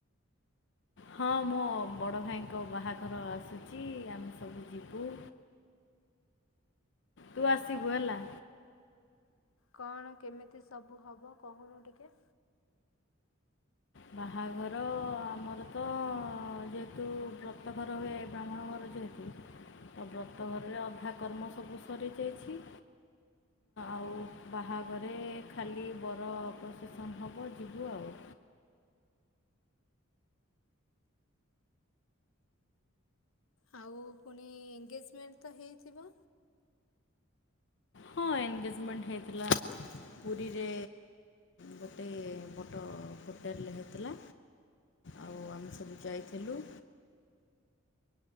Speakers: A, on the left; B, on the left.
A: ହଁ ମୋ ବଡ଼ ଭାଇଙ୍କ ବାହାଘର ଆସୁଛି ଆମେ ସବୁ ଯିବୁ। ତୁ ଆସିବୁ ହେଲା।
B: କଣ, କେମିତି ସବୁ ହବ କହୁନୁ ଟିକେ।
A: ବାହାଘର ଆମର ତ ଯେହେତୁ ବ୍ରତଘର ହୁଏ ବ୍ରାହ୍ମଣ ଘର ଯେହେତୁ ବ୍ରତଘର ରେ ଅଧା କର୍ମ ସବୁ ସରିଯାଇଛି। ଆଉ ବାହାଘରେ ଖାଲି ବର ପ୍ରସେସନ୍ ହବ ଯିବୁ ଆଉ।
B: ଆଉ ଫୁଣି ଏଙ୍ଗେଜମେଣ୍ଟ ତ ହେଇଥିବ?
A: ହଁ, ଏନ୍ଗେଜମେଣ୍ଟ ହେଇଥିଲା ପୁରୀରେ ଗୋଟେ ବଡ଼ ହୋଟେଲ୍ ରେ ହେଇଥିଲା। ଆଉ ଆମେ ସବୁ ଯାଇଥିଲୁ।